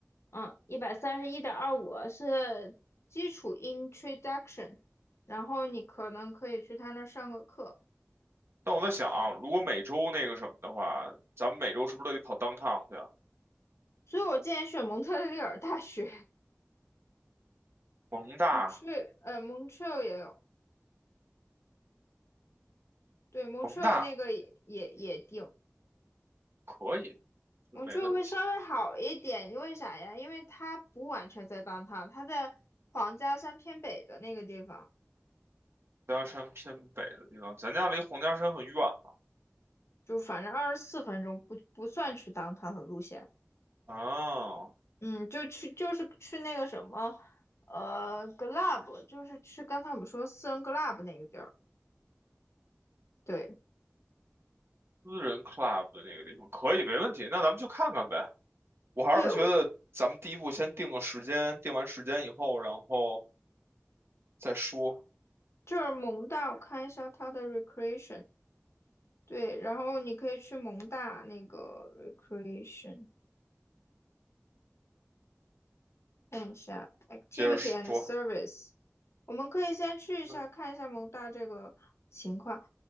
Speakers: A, on the left; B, on the right.
A: 嗯，一百三十一点二五是基础 Introduction，然后你可能可以去他那儿上个课。
B: 但我在想，如果每周那个什么的话，咱们每周是不是都得跑 downtown 去啊？
A: 所以我建议选蒙特利尔大学
B: 蒙大，
A: <laughs> 蒙特，呃 Montreal 也有，对 Montreal
B: 蒙大
A: 那个也也也定，
B: 可以，这没问题。
A: 我觉得会稍微好一点，因为啥呀？因为它不完全在当 o w 它在皇家山偏北的那个地方，
B: 洪家山偏北的地方，咱家离洪家山很远嘛。
A: 就反正二十四分钟不不算去当 o 的路线，
B: 啊，
A: 嗯，就去就是去那个什么，呃，club，就是去刚才我们说私人 club 那个地儿，对
B: 私人 club 的那个地方可以，没问题。那咱们去看看呗。我还是觉得咱们第一步先定个时间，
A: 对，我
B: 定完时间以后，然后再说，
A: 就是蒙大，我看一下它的 recreation，对，然后你可以去蒙大那个 recreation。看一下 activity
B: 接着说。
A: and service，我们可以先去一下看一下蒙大这个情况。
B: 对，